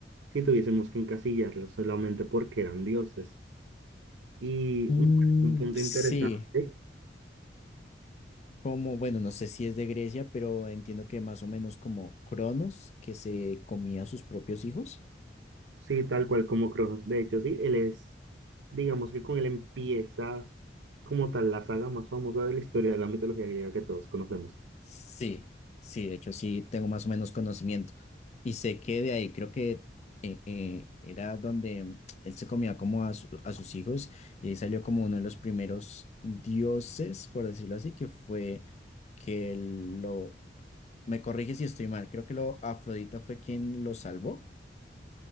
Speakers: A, on the right; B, on the left.
A: si tuviésemos que encasillarlos solamente porque eran dioses. Y
B: Mm,
A: me parece un punto
B: sí,
A: interesante,
B: como, bueno, no sé si es de Grecia, pero entiendo que más o menos como Cronos, que se comía a sus propios hijos.
A: sí, tal cual como Cronos, de hecho, sí, él es, digamos que con él empieza como tal la saga más famosa de la historia de la mitología griega que todos conocemos.
B: Sí, sí, de hecho sí tengo más o menos conocimiento. Y sé que de ahí creo que eh, eh, era donde mm, él se comía como a, su- a sus hijos y ahí salió como uno de los primeros dioses, por decirlo así, que fue que lo... Me corrige si estoy mal, creo que lo Afrodita fue quien lo salvó